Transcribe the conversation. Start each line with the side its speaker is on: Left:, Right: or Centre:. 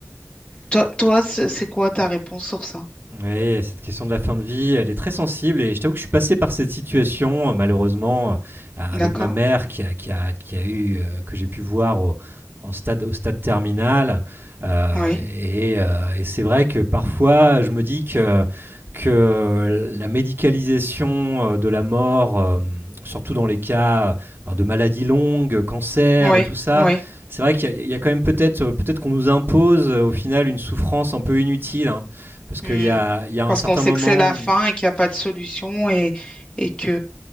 Left: toi, toi, c'est c'est quoi ta réponse sur ça?
Right: Oui, cette question de la fin de vie, elle est très sensible et je t'avoue que je suis passé par cette situation, euh, malheureusement, euh, avec
Left: D'accord?
Right: ma mère qui a, qui a, qui a eu, euh, que j'ai pu voir au, en stade, au stade terminal. Euh,
Left: Oui,
Right: et euh, et c'est vrai que parfois, je me dis que, que la médicalisation euh, de la mort, euh, surtout dans les cas euh, ben, de maladies longues, cancer
Left: oui,
Right: et tout ça,
Left: oui.
Right: c'est vrai qu'il y, a il y a quand même peut-être euh, peut-être qu'on nous impose euh, au final une souffrance un peu inutile. hein. Parce qu'il
Left: Hmm.
Right: y a, il y a un
Left: Parce
Right: certain
Left: qu'on sait
Right: moment,
Left: que c'est la fin et qu'il n'y a pas de solution et, et que,